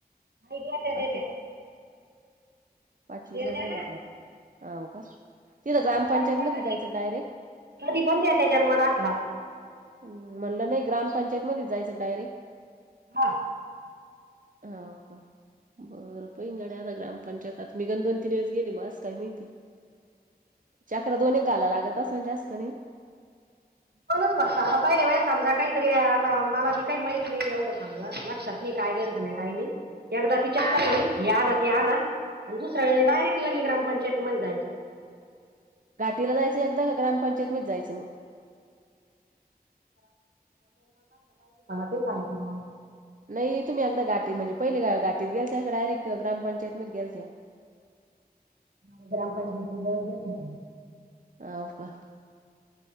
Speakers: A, on the right (about 85°); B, on the right (about 55°).
A: नाही देत्या
B: पाचवी
A: देत्या
B: पाचवीचा
A: देत्या
B: गेला
A: ना
B: तो आता. हाव का. तिथं
A: जन्म
B: ग्रामपंचायत
A: दाखला
B: मधे
A: कधी
B: जायचं डायरेक्ट
A: कधी पण द्या त्या जन्म दाखला
B: म्हटलं नाही ग्रामपंचायत मधेच जायचं डायरेक्ट
A: हा.
B: हाव का. बरं पहिंगाडया आता ग्रामपंचायत आता मी घन दोन तीन दिवस गेले म अस काय माहिती. चक्र दोन एक घाला लागत असन जास्त नि?
A: म्हणूनच फक्त आता पहिले बा समजा काहीतरी आता मला ती काही माहीत नाही एवढं समजा लक्षात नी काय नेलत. काही नाही एकदा ती चक्कर होइन हे आणा ते आणा आणि दुसऱ्या वेळे डायरेक्ट लगे ग्रामपंचायतीमध्ये जायचं.
B: घाटीला जायचं एकदा का ग्रामपंचायत मधेच जायचं मग.
A: ते सांगतील मग.
B: नाही तुम्ही अदा गाटी म्हणजे पहिले ग घाटीत गेल त्या डायरेक्ट ग्रामपंचायत मध गेल त्या? <inaudible>
A: ह ग्रामपंचायती <unintelligible>
B: हाव का.